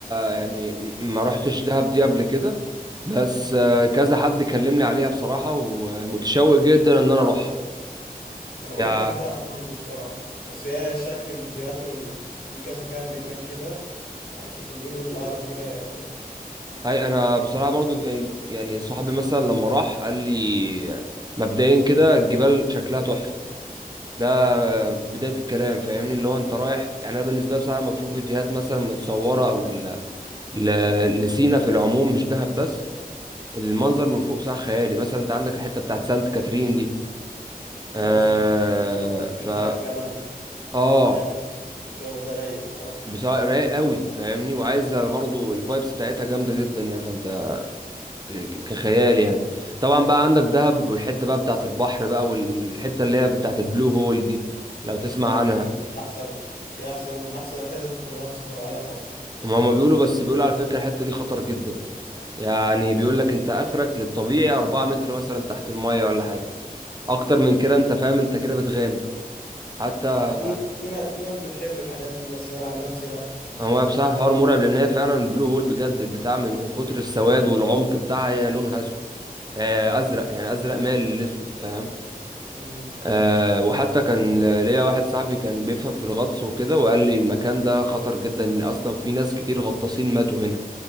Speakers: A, on the right; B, on the left.
A: يعني م- ما رحتش دهب دي قبل كده بس آه، كذا حد كلمني عليها بصراحة ومتشوق جدا ان انا اروح
B: انا ما
A: يعني
B: روحتش دهب برضه الصراحه بس هي شكل الفيديوهات وال... في كذا كامب هناك كده يعني شكل بيقولوا القعده فيه رايقه وكده
A: هاي انا بصراحة برضو آه، يعني صاحبي مثلا لما راح قال لي مبدئيا كده الجبال شكلها تحفة ده بداية الكلام فاهمني اللي هو انت رايح يعني انا بالنسبة لي بصراحة لما بشوف فيديوهات مثلا متصورة او ال- ل- لسينا في العموم مش دهب بس المنظر من فوق بصراحة خيالي مثلا انت عندك الحتة بتاعت سانت كاترين دي آه
B: اه سانت كاترين بقى وتطلع
A: فا
B: الجبل
A: اه
B: تلج الجو ده رايق الصراحه
A: بصراحة رايق قوي فاهمني وعايزة برضو الفايبس بتاعتها جامدة جدا يعني فانت ك- كخيال يعني طبعا بقى عندك دهب والحتة بقى بتاعت البحر بقى والحتة اللي هي بتاعت البلو هول دي لو تسمع
B: اه دي
A: عنها
B: احسن دي احسن من احسن الحتت في الغطس في العالم اصلا
A: هما ما بيقولوا بس بيقولوا على فكرة الحتة دي خطر جدا يعني بيقول لك انت اخرك للطبيعي 4 متر مثلا تحت المية ولا حاجة اكتر من كده انت فاهم انت كده بتغامر حتى
B: ما هو في في نا- في ناس بتحب الحاجات دي بس انا عن نفسي لا
A: هو بصراحة الحوار مرعب لأن هي فعلا بلو هول بجد البتاع من كتر السواد والعمق بتاعها هي لونها أسود آه، أزرق يعني أزرق مايل للأسود فاهم
B: امم
A: أه وحتى كان ليا واحد صاحبي كان بيفهم في الغطس وكده وقال لي المكان ده خطر جدا إن أصلا في ناس كتير غطاسين ماتوا هنا